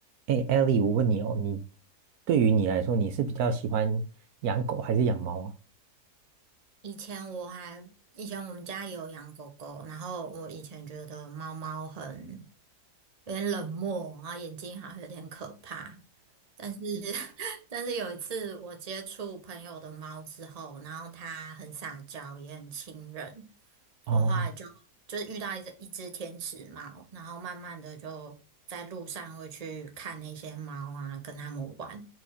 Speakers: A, on the right; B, on the right.
A: 哎 e l 我问你哦，你对于你来说，你是比较喜欢养狗还是养猫啊？
B: 以前我还，以前我们家也有养狗狗，然后我以前觉得猫猫很有点冷漠，然后眼睛好像有点可怕。但是，<laughs> 但是有一次我接触朋友的猫之后，然后它很撒娇，也很亲人，我后来就就是遇到一只一只天使猫，
A: 哦
B: 然后慢慢的就在路上会去看那些猫啊，跟它们玩。